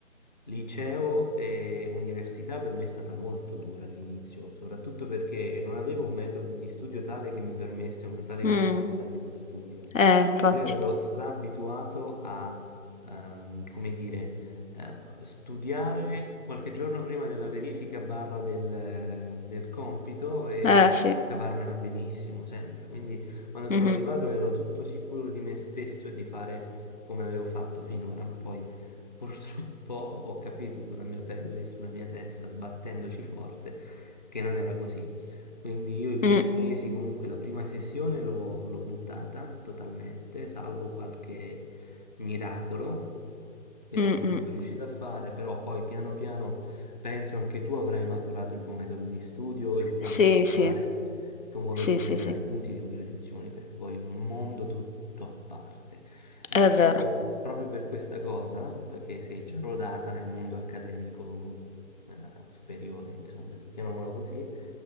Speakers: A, on the left; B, on the left.
A: liceo e università per me è stata molto dura all'inizio, soprattutto perché non avevo un metodo di studio tale che mi permesse una tale
B: Mh.
A: continuità dello studio.
B: Eh, infatti.
A: Io ero straabituato a, ehm, come dire, eh, studiare qualche giorno prima della verifica barra del, del compito e
B: Eh, sì.
A: cavarmela benissimo sempre. Quindi quando sono
B: Mh-mh.
A: arrivato ero tutto sicuro di me stesso e di fare come avevo fatto finora, ma poi purtroppo <laughs> ho capito sulla mia pelle e sulla mia testa, sbattendoci forte, che non era così. Quindi io i primi
B: Mh.
A: mesi, comunque la prima sessione l'ho l'ho buttata totalmente, salvo qualche miracolo che
B: Mh-mh.
A: sono comunque riuscito a fare, però poi piano piano penso anche tu avrai maturato il tuo metodo di studio, il tuo
B: Sì,
A: modo di
B: sì.
A: fare, il tuo modo
B: Sì,
A: di prendere
B: sì, sì.
A: appunti, seguire lezioni, perché poi è un mondo tutto a parte. E
B: È vero.
A: proprio, proprio per questa cosa, che sei già rodata nel mondo accademico, eh, superiore, insomma, chiamiamolo così.